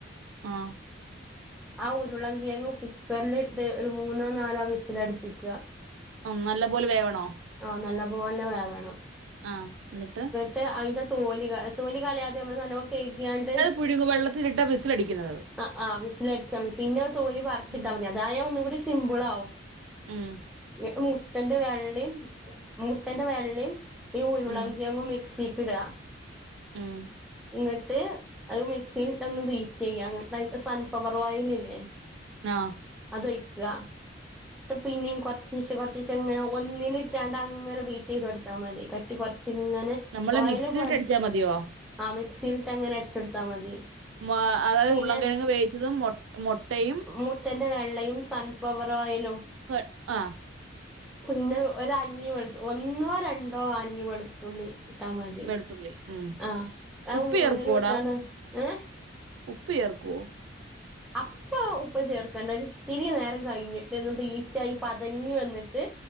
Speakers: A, on the right; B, in the centre.
A: ആ
B: ആ ഉരുളൻ കിഴങ്ങ് കുക്കർല്ട്ട് ഒരു മൂന്നോ നാലോ വിസിലട്പ്പിക്ക
A: ആ നല്ല പോലെ വേവണോ
B: ആ നല്ല പോലെ വേവണം
A: ആ ന്ന്ട്ട്
B: ട്ട് അയ്ന്റെ തോല് ക തോല് കള്യാതെ മ്മള് നല്ലോ കേയ്ഗ്യാണ്ട്
A: പുഴുക് വെള്ളത്തില്ട്ടാ വിസിൽ അടിക്കുന്നത്
B: ആ ആ വിസിലാടിച്ചാ മതി പിന്നെ തൊല് പറിച്ച്ട്ടാ
A: ഉം
B: മതി അതായ ഒന്നും കൂടെ സിമ്പിളാവും
A: ഉം
B: ഇ മുട്ടന്റെ വെള്ളിം മുട്ടന്റെ വെള്ളിം ഈ ഉരുളൻ
A: ഉം
B: കിഴങ്ങും മിക്സിക്ക്ട
A: ഉം
B: ഇന്ന്ട്ട് അഹ് മിക്സില്ട്ട് ഒന്ന് ബീറ്റെയ്യാ ങ്ങട്ട്അയ്ക്ക് സൺഫ്ലവർ ഓയില് ല്ലേ
A: ആഹ്
B: അതൊയ്ക്ക ട്ട് പിന്നിം കോറച്ച് കോറച്ച് കോറച്ചിച്ചങ്ങനെ ഒന്നിലിട്ടാണ്ട് അങ്ങനെ ബീറ്റെയ്ത് കൊട്ത്താ മതി കട്ടി കോറച്ചിങ്ങനെ
A: നമ്മള്
B: ഓയല്
A: മിക്സിയിലിട്ട്
B: പാ
A: അടിച്ചാൽ മതിയോ
B: ആ മിക്സില്ട്ട് അങ്ങനെ അട്ച്ചോട്ത്താ മതി
A: മ- അതായത്
B: പിന്നെ
A: ഉരുളൻകിഴങ്ങ് വേവിച്ചതും മൊ മൊട്ടയും
B: മുട്ടൻ്റെ വെള്ളയും സൺഫ്ലവർ ഓയിലും
A: സോ ആ
B: പിന്നെ ഒരല്ലി വെളുത്തു ഒന്നോ രണ്ടോ അല്ലി വെളുത്തുള്ളി ഇട്ടാ മതി
A: തുള്ളി ഉം
B: ആഹ് അത്
A: ഉപ്പ്
B: മൂന്നിലും
A: ചേർക്കുവോടാ
B: ഇട്ടാണ്ട് ഏഹ്
A: ഉപ്പ് ചേർക്കോ
B: അപ്പ പ്പ ഉപ്പ് ചേർക്കണ്ട ത്തിരി നേരം കയ്ഞ്ഞ്ട്ട് ഒന്ന് ബീറ്റായി പതഞ്ഞ് വന്ന്ട്ട്